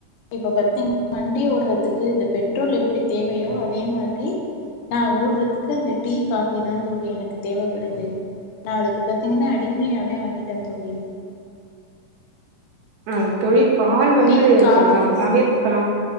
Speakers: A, on the left; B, on the right.
A: இப்ப பாத்தீங் வண்டி ஓறதுக்கு இது பெட்ரோல் எப்டி தேவையோ அதே மாரி நா ஓடுறதுக்கு அந்த டீ காஃப் ப்பிதா தோழி எனக்கு தேவப்படுது நா அதுக்கு பாத்திங்குன்னா அடிமையாவே ஆகிட்டே தோழி
B: ஆஹ் தோழித் பால் வந்து
A: டீ காஃபி
B: கொஞ்ச தவிர்த்துக்கெல்லாம்